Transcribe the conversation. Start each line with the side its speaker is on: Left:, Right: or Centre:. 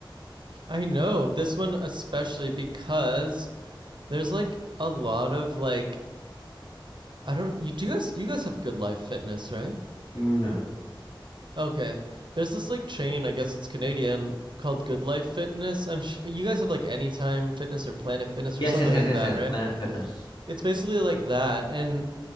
Right: I know, this one especially because there's like a lot of like I don't you do you guys you guys have Good Life Fitness, right?
Left: No.
Right: Okay. There's this like chain, I guess it's Canadian called Good Life Fitness. I'm sh- you guys have like Anytime Fitness or Planet Fitness
Left: Yes,
Right: or something
Left: yes, yes,
Right: like
Left: yes,
Right: that,
Left: yes.
Right: right?
Left: Planet Fitness.
Right: It's basically like that and